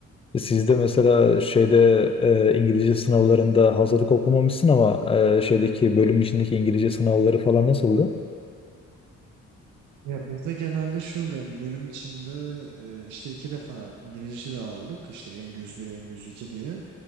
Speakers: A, on the left (about 20°); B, on the right (about 85°).
A: Sizde mesela şeyde e, İngilizce sınavlarında hazırlık okumamışsın ama e, şeydeki bölüm içindeki İngilizce sınavları falan nasıldı?
B: Ya bizde genelde şey oluyor yani bölüm içinde e, işte iki defa İngilizce de aldık işte Engüz bir Engüz 2 diye.